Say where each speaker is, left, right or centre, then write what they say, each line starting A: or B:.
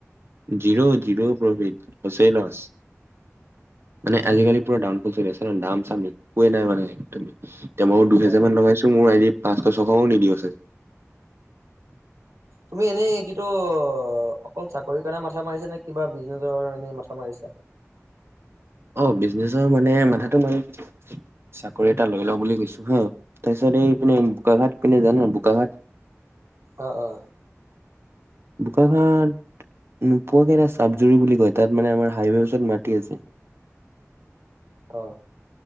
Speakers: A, on the right; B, on the right.
A: জিৰ জিৰ প্ৰভফিত হৈছে নহ মানে আজিকালি পুৰা দাম তু চলি আছে নহ, দাম চাম একোৱেই নাই মানে একদম। মইয়ো দুহেজা
B: হয়
A: মান লগাইছোঁ মোৰ আইডিত। পাঁচশ ছশও নিদিব চাগে।
B: তুমি এনেই কিন্তু অকল চাকৰিৰ কাৰণে মাথা মাৰিছা নে কিবা বিজনেছৰ কাৰণেও এনেই মাথা মাৰিছা?
A: অ বিজনেচৰ মানে মাথাটো মাৰিম, চাকৰি এটা লৈ লওঁ বুলি কৈছো হা, তাৰপিছত এই পিনে বোকা খাট পিনে জান বোকা খাট
B: অ অ
A: বোকাখাট নোপোৱাকে এটা চাবজুৰি বুলি কয়, তাত মানে আমাৰ হাইৱে ওচৰত মাটি আছে।
B: অ